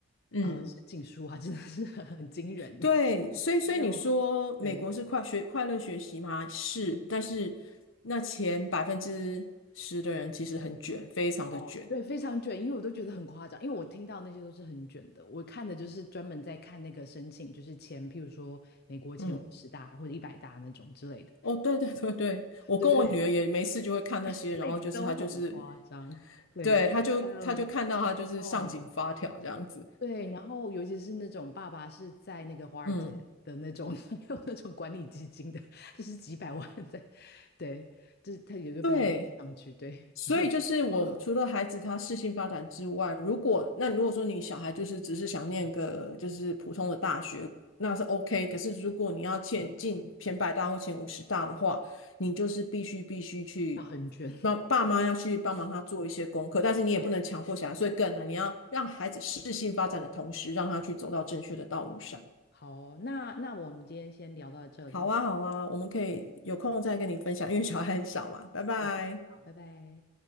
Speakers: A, on the left; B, on the left.
A: 嗯，
B: 呃申请书啊，真的是很很惊人呢
A: 对，所以所以你说美国是快学快乐学习吗？
B: <laughs>。还有对
A: 是，但是那前百分之十的人其实很卷，非常的卷。
B: 哦，对，非常卷，因为我都觉得很夸张，因为我听到那些都是很卷的，我看的就是专门在看那个申请，就是前，譬如说美国前五十大或者一百大那种之类的，
A: 嗯，哦，对对对对，我跟我女儿也没事就会看那些，
B: 对对对 <laughs>，每个都很夸张，
A: 然后就是她就是，
B: 对。
A: 对，她就她就看到她就是上紧发条这样子。
B: 还有哦，对，然后尤其是那种爸爸是在那个华尔街的那种，
A: 嗯。
B: <laughs> 他没有那种管理基金的，就是几百万在，对，就是他也就被他们上去，
A: 对，
B: 对，
A: 所以就是我除了孩子他适性发展之外，
B: 然后 <laughs>
A: 如果那如果说你小孩就是只是想念个就是普通的大学，那是 OK。可是如果你要前进前百大或前五十大的话，你就是必须必须去
B: 要很卷，
A: 帮爸妈要去帮忙他做一些功课，但是你也不能强迫小孩，
B: 对，
A: 所以更难。你要让孩子适性发展的同时，让他去走到正确的道路上。
B: 好，那那我们今天先聊到这里，
A: 好啊，好啊，我们可以有空再跟你分享，因为小孩很少嘛。拜拜。
B: 对，好，拜拜。